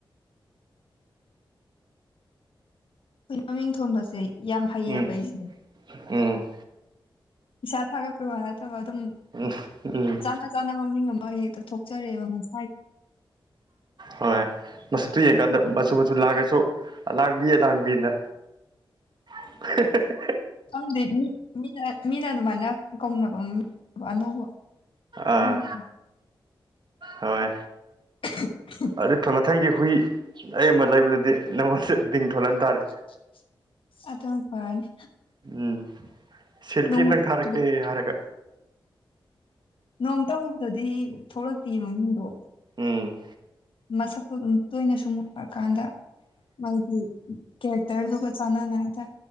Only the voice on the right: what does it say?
ꯎꯝ
ꯎꯝ
ꯎꯝ ꯎꯝ
ꯍꯣꯏ ꯃꯆꯛꯇꯨ ꯌꯦꯡꯀꯥꯟꯗ ꯃꯆꯨ ꯃꯆꯨ ꯂꯥꯛꯑꯒꯁꯨ ꯂꯥꯡꯕꯤꯌꯦ ꯂꯥꯡꯕꯤꯅ ꯍꯤ ꯍꯤ
ꯑꯥ
ꯍꯣꯏ
ꯑꯗꯨꯗꯤ ꯃꯊꯪꯒꯤ ꯍꯨꯏ ꯑꯩ ꯑꯃ ꯂꯩꯕꯗꯗꯤ ꯅꯪꯉꯣꯟꯗ ꯡ ꯊꯣꯜꯍꯟꯇꯥꯥꯔꯦ
ꯎꯝ ꯁꯦꯜꯐꯤ
ꯑꯝꯇꯪ ꯊꯥꯔꯛꯀꯦ ꯍꯥꯏꯔꯒ
ꯎꯝ